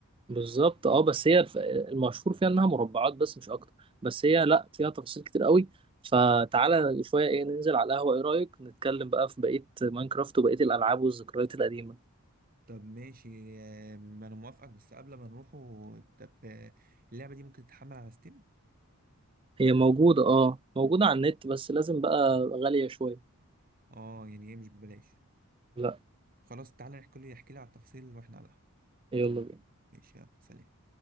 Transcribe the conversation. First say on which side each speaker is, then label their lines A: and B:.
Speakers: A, on the right; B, on the right.
A: بالظبط اه بس هي الف- المشهور فيها انها مربعات بس مش اكتر بس هي لا فيها تفاصيل كتير قوي فتعالى شويه ايه ننزل على القهوه ايه رايك نتكلم بقى في بقيه ماينكرافت وبقيه الالعاب والذكريات القديمه
B: طب ماشي آه، انا موافقك بس قبل ما نروحوا طب آه، اللعبه دي ممكن تتحمل على ستيم
A: هي موجوده اه موجوده على النت بس لازم بقى غاليه شويه
B: اه يعني ايه مش ببلاش
A: لا
B: خلاص تعالى نحكي لي احكي لي على التفاصيل واحنا على القهوه
A: يلا بينا
B: ماشي يلا سلام